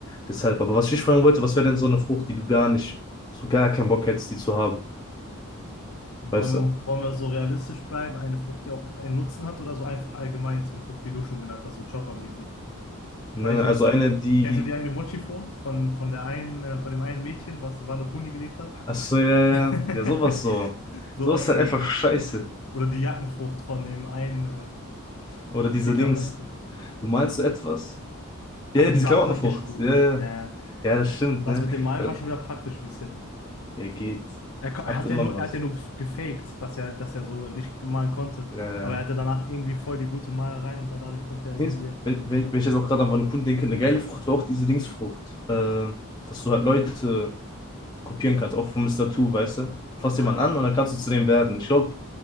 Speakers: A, on the left (about 20°); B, on the left (about 75°).
A: Deshalb, aber was ich dich fragen wollte, was wäre denn so eine Frucht, die du gar nicht, so gar keinen Bock hättest, die zu haben?
B: Wollen
A: Weißt
B: wir,
A: du?
B: wollen wir so realistisch bleiben? Eine Frucht, die auch einen Nutzen hat oder so einfach allgemein jetzt eine Frucht, wie du schon genannt hast, so Chopper-mäßig?
A: Nein,
B: Weil ich,
A: nein, also eine, die,
B: kennst du die eine Mochi-Frucht von, von der einen, äh, von dem einen Mädchen, was in Wano Kuni gelebt hat?
A: ach so, ja, ja,
B: <laughs>
A: ja, ja, sowas so.
B: Sowas,
A: Sowas ist halt einfach scheiße.
B: oder die Jackenfrucht von dem einen,
A: Oder diese
B: äh, die Klamottenfrucht.
A: Dings. Du malst so etwas?
B: Aber
A: Ja, ja, diese
B: die war
A: Klamottenfrucht.
B: praktisch gut.
A: Ja, ja.
B: Ja,
A: Ja, das stimmt,
B: das
A: ne?
B: mit dem Malen
A: Ja,
B: war schon wieder praktisch ein bisschen.
A: er geht.
B: Er, ko- er
A: Hat
B: hat
A: immer
B: ja nur,
A: was.
B: er hat ja nur gefaked, dass er, dass er so nicht malen konnte.
A: Ja, ja.
B: Aber er hatte danach irgendwie voll die gute Malerei und dann dadurch konnte er irgendwie,
A: Dings- Wenn, wenn wenn ich jetzt auch gerade an Vanukun denke, eine geile Frucht war auch diese Dingsfrucht. Äh, dass du halt Leute kopieren kannst, auch von Mister Two, weißt du? Du fasst
B: oh
A: jemanden
B: ja,
A: an und dann kannst du zu dem werden. Ich glaube,